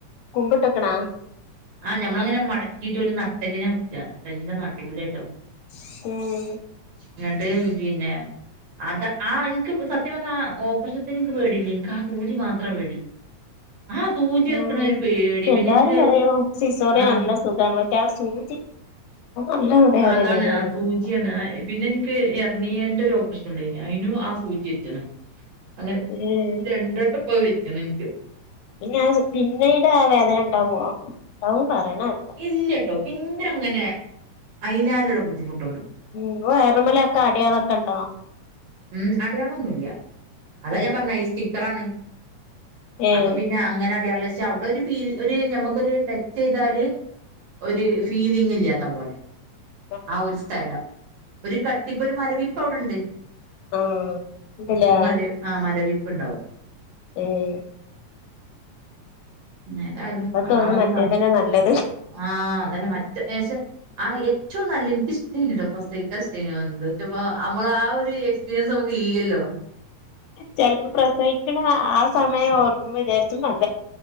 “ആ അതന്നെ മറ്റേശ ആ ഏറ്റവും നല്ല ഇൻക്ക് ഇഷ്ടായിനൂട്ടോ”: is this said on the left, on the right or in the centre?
Right